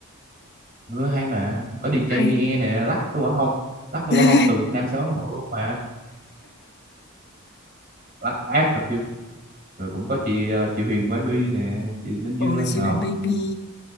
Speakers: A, on the right; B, on the left.
A: ừ, hay mà có đi DJ
B: hay
A: Mie nè lắc cái quả hông lắc cái
B: <laughs>
A: quả hông từ Việt Nam sang Ấn Độ luôn mà lắc ác thật chứ rồi cũng có chị ờ, chị Huyền Baby nè chị Minh Dương
B: ừ
A: Lan
B: chị
A: Ngọc
B: Huyền Baby